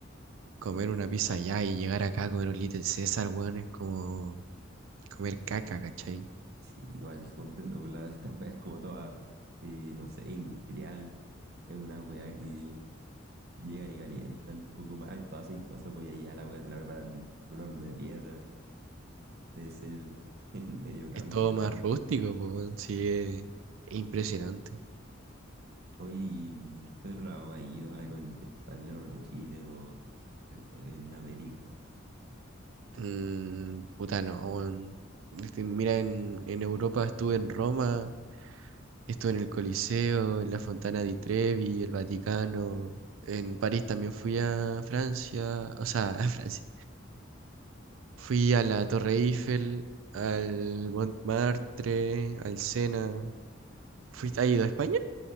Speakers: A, on the right; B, on the right.
A: comer una pizza allá y llegar acá a comer un Little César, weón, es como comer caca, ¿cachai?
B: sí, igual comprendo, por la, estas weas como toda, eh, no sé, industrial. Es una wea que llegan y calientan un poco más, toda aceitosa, pues y allá la wea te la preparan en un horno de piedra. Debe ser <laughs> el medio cambio.
A: Es todo más rústico, po, weón. Sí, es, es impresionante.
B: Oye, ¿y mm, qué otro lado ha ido? ¿Algo en, alrededor de Chile o en en América?
A: Mm, puta, no, weón. Este, mira, en, en Europa estuve en Roma, estuve en el Coliseo, en la Fontana di Trevi, el Vaticano. En París también fui a Francia, o sea, <laughs> a Francia. Fui a la Torre Eiffel, al Montmartre, al Sena. ¿Fuiste, has ido a España?